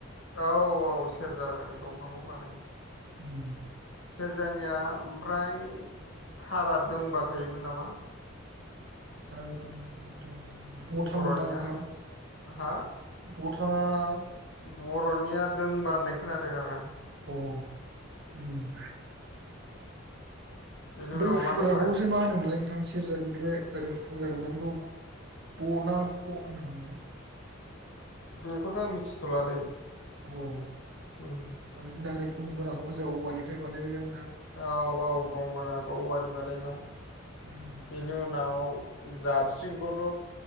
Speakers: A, on the left; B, on the right.
A: औ औ सेरजाजों दंफांखौ बानायो।
B: ओम
A: सेरजानिया ओमफ्राय थारा दोंबा थायोमोन नामा?
B: सा दङ दं द' था
A: बर'निया
B: मोनदां नोंथां उम
A: हा
B: द थानाब
A: बर'निया दोंबा होननाय खोनादों आरो आं।
B: अ उम <unintelligible>
A: बेनि
B: बै
A: उनाव
B: फुराखौसो
A: मा दंबाय
B: मा होनोमोनलाय नोंथां? सेरजानि बे ओरै हुग्रा दंना बेखौ बना ख होनोमोनलाय?
A: ओ बेखौथ' आं मिथिथ'ला दै
B: औ
A: उम
B: आरो जोंना ओरै कम गोराखौबो जों औवानिफ्राय बानायबाय जां
A: औ औ गंगनाखौ औवानि बानायबाय।
B: उम
A: बेनि उनाव जाबस्रिंखौथ'
B: उम